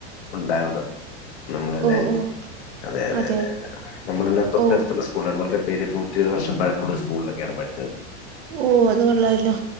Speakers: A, on the left; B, on the right.
A: ഉണ്ടാവണ് നമ്മളെല്ലാരും
B: ഓ ഓ
A: അതെ അതെ
B: അതെയോ
A: അതെത നമ്മളെല്ലം തൊട്ടടുത്തുള്ള
B: ഓ
A: സ് കൂളാണ് മറ്റേ പിരിട് നൂറ്റിഎയ് വർഷം പഴക്കുള്ള സ്കൂൾളേക്കാണ് പോയത്
B: ഓഹ് അത് കൊള്ളാലോ